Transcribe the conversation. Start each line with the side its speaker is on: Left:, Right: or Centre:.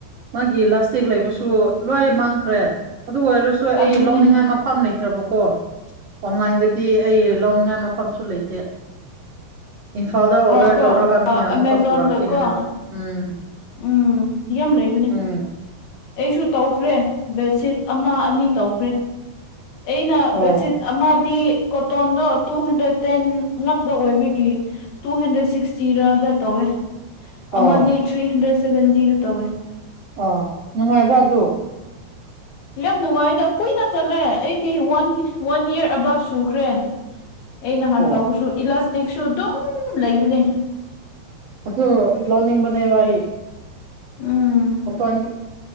Right: ꯃꯥꯒꯤ ꯏꯂꯥꯁꯇꯤꯛ ꯂꯩꯕꯁꯨ ꯂꯣꯏ ꯃꯥꯡꯈ꯭ꯔꯦ ꯑꯗꯨ ꯑꯣꯏꯔꯁꯨ ꯑꯩ
Left: ꯑꯗꯨꯅꯦ
Right: ꯂꯧꯅꯤꯡꯉꯥꯏ ꯃꯐꯝ ꯂꯩꯇ꯭ꯔꯕꯀꯣ ꯀꯣ ꯑꯣꯟꯂꯥꯏꯟꯗꯗꯤ ꯑꯩ ꯂꯧꯅꯤꯡꯉꯥꯏ ꯃꯐꯝꯁꯨ ꯂꯩꯇꯦ ꯏꯝꯐꯥꯜꯗ ꯑꯣꯔꯗꯔ
Left: ꯑꯣ ꯀꯣ
Right: ꯇꯧꯔꯒ ꯃꯤꯅ ꯑꯃꯨꯛꯀ
Left: ꯑꯃꯥꯖꯣꯟꯗꯀꯣ
Right: ꯄꯨꯔꯛꯀꯦ ꯍꯥꯏꯔꯗꯤ ꯎꯝ
Left: ꯎꯝ ꯌꯥꯝ ꯂꯩꯕꯅꯦ
Right: ꯎꯝ
Left: ꯑꯩꯁꯨ ꯇꯧꯈ꯭ꯔꯦ ꯕꯦꯠꯁꯤꯠ ꯑꯃ ꯑꯅꯤ ꯇꯧꯈ꯭ꯔꯦ ꯑꯩꯅ
Right: ꯑꯣ
Left: ꯕꯦꯗꯁꯤꯠ ꯑꯃ ꯀꯣꯇꯗ ꯇꯨ ꯍꯟꯗ꯭ꯔꯦꯠ ꯇꯦꯟ ꯉ ꯑꯣꯏꯒꯤ ꯇꯨ ꯍꯟꯗ꯭ꯔꯦꯠꯇꯤ ꯇꯧꯋꯦ ꯑꯃꯗꯤ
Right: ꯑꯣ
Left: ꯊ꯭ꯔꯤ ꯍꯟꯗ꯭ꯔꯦꯠ ꯁꯚꯦꯟꯇꯤꯗ ꯇꯧꯋꯦ
Right: ꯑ ꯅꯨꯡꯉꯥꯏꯕ ꯑꯗꯨ
Left: ꯌꯥꯝ ꯅꯨꯡꯉꯥꯏꯗ ꯀꯨꯏꯅ ꯆꯠꯂꯦ ꯑꯩꯗꯤ ꯋꯥꯟ ꯋꯥꯟ ꯏꯌꯥꯔ ꯑꯕꯥꯞ ꯁꯨꯈ꯭ꯔꯦ
Right: <inaudible>
Left: ꯑꯩ ꯅꯍꯥꯟ
Right: ꯑꯣ
Left: ꯂꯧꯕꯁꯨ ꯏꯂꯥꯁꯇꯤꯛꯁꯨ ꯑꯗꯨꯝ ꯂꯩꯕꯅꯦ
Right: ꯑꯗꯨꯗ ꯂꯣꯅꯤꯡ ꯃꯅꯦꯕꯏ
Left: ꯎꯝ
Right: ꯀꯊꯣꯟ